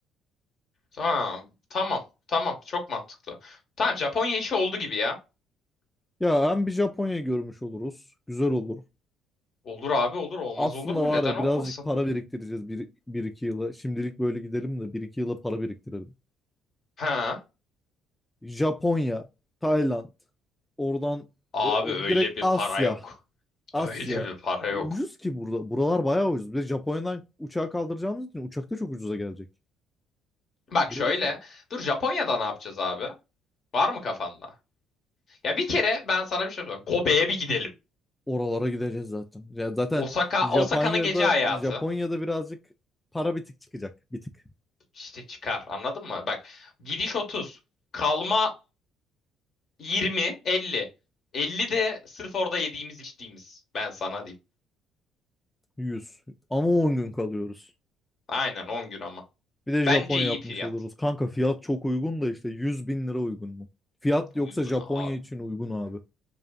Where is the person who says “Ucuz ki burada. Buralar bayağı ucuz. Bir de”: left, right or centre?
Centre